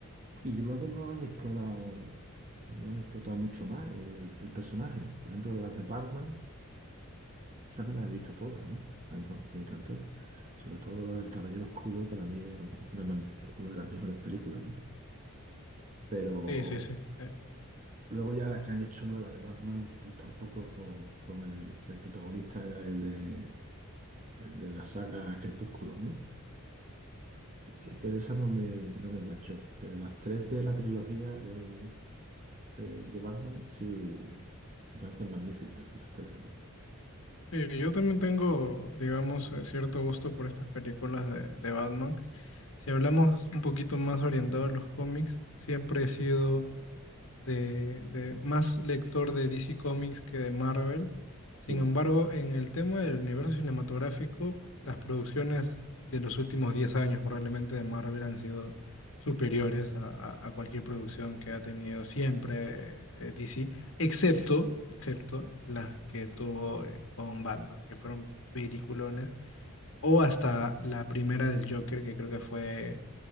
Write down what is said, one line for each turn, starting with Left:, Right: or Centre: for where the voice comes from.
Right: y luego no han explorado, no han explotado mucho más el, el personaje. Por ejemplo, las de Batman. Esa me las he visto todas, ¿no? A mí me me encantó. Sobre todo la del Caballero Oscuro, para mí es una, man- una de las mejores películas, ¿no? Pero
Left: Sí, sí, sí. Sí,
Right: luego ya la que han hecho nueva de Batman, pues tampoco con, con el que el protagonista era el de, el de la saga Crepúsculo, ¿no? Eh, Pero esa no me, no me enganchó. Pero las tres de la trilogía de, de, de Batman sí me parecen magníficas, las tres, ¿no?
Left: Sí, yo también tengo, digamos, eh, cierto gusto por estas películas de, de Batman. Si hablamos un poquito más orientado a los cómics, siempre he sido de, de más lector de DC Comics que de Marvel.
Right: Sí,
Left: Sin embargo, en el tema del universo cinematográfico, las producciones de los últimos 10 años probablemente de Marvel han sido superiores a, a- a cualquier producción que ha tenido siempre eh, DC, excepto, excepto las que tuvo eh, con Batman, que fueron peliculones, o hasta la primera del Joker, que creo que fue